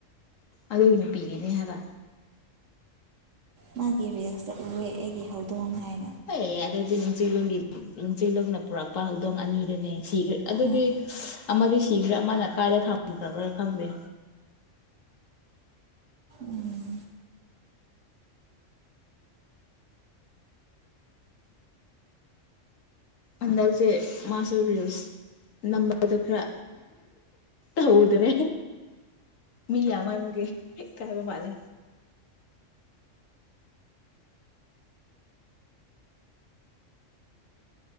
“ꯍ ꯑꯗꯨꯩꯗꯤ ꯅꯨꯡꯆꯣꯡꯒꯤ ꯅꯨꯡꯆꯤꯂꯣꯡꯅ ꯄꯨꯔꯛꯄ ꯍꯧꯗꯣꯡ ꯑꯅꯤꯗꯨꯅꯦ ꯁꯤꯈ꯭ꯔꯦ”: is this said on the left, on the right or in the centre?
Left